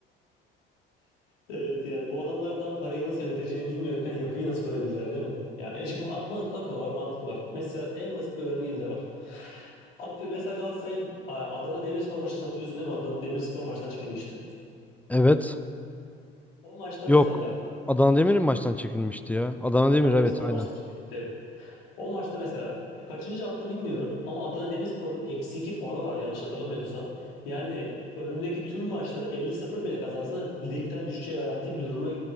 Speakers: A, on the left; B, in the centre.
A: Evet yani bu adamlar daha parayı nasıl yöneteceğini bilmiyorken yapıyı nasıl kurabilirler değil mi? Ya yani şimdi ma- ma- akıl var, mantık var. Mesela en basit bir örneği de var. Atıyor, mesela Galatasaray'ın a- Adana Demirspor maçını hatırlıyorsun değil mi? Adana Demirspor maçtan çekilmişti.
B: Evet.
A: O maçta
B: Yok.
A: mesela
B: Adana Demir'in maçtan çekilmişti ya. Adana
A: Adana
B: Demir
A: Demirspor
B: evet aynen.
A: maçtan çekilmişti. O maçta mesela kaçıncı hafta bilmiyorum ama Adana Demirspor'un eksi 2 puanı var yanlış hatırlamıyorsam. Yani önündeki tüm maçları 50-0 bile kazansa ligden düşeceği garanti bir duruma